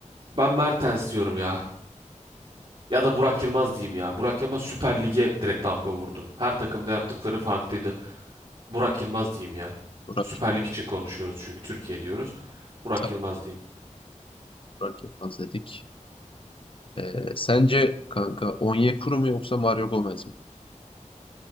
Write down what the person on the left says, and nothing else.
Burak,
tabii
Burak Yılmaz dedik. Ee, sence kanka Onyekuru mu yoksa Mario Gomez mi?